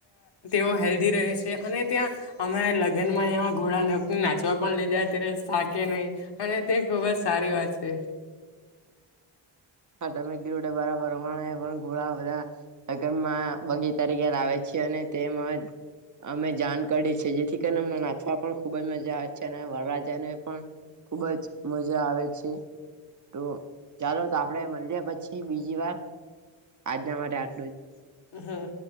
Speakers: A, on the left; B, on the right.
A: તેઓ હેલ્ધી છે અને ત્યાં અમે લગ્નમાં એવા ઘોડાને નાચવા પણ લઇ જાય. અત્યારે થાકે નહી અને તે ખુબ જ સારી વાત છે.
B: હા તમે કીધું બરાબર હમાણે પણ ઘોળા બધા લગનમાં બગી તરીકે લાવે છે. અને તેમાં અમે જાણ કરી જેથી કરીને અમને નાચવા પણ ખુબ જ મજા આવે છે અને વરરાજાને પણ ખુબ જ મજા આવે છે તો
A: ચાલો તો
B: આપડે મળીએ પછી બીજી વાર આજના માટે આટલું
A: <inaudible> <unintelligible>
B: જ
A: હમ્મ